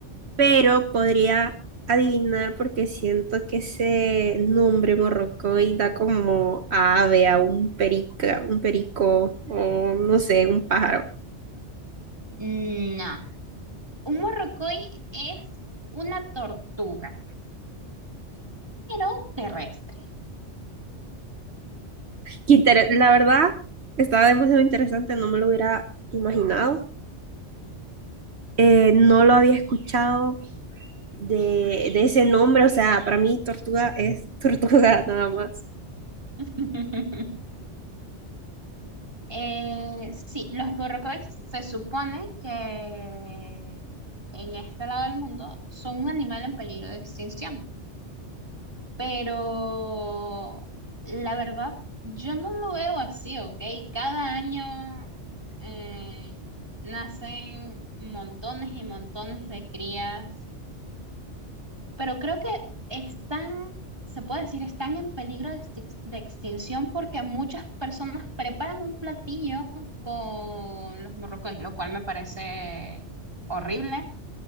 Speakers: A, on the right; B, on the right.
A: pero podría adivinar porque siento que ese nombre morrocoy da como a ave, a un perica, un perico o no sé, un pájaro.
B: No. Un morrocoy es una tortuga, pero terrestre.
A: Qué inter- La verdad, estaba demasiado interesante, no me lo hubiera imaginado. Eh, no lo había escuchado de, de ese nombre, o sea, para mí tortuga es tortuga <laughs> nada más.
B: <laughs> Eh, sí, los borrocoides se supone que en este lado del mundo son un animal en peligro de extinción, pero la verdad yo no lo veo así, ¿ok? Cada año eh, nacen montones y montones de crías pero creo que están, se puede decir, están en peligro de, extin- de extinción porque muchas personas preparan un platillo con los morrocoy, lo cual me parece horrible,